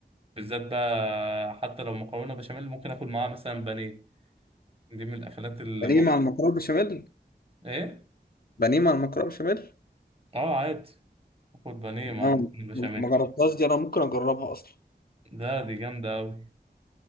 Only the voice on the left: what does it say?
بانيه
مع المكرونه بشاميل
بانيه مع المكرونه بشاميل
انا
م- ما جربتهاش دي انا ممكن اجربها اصلا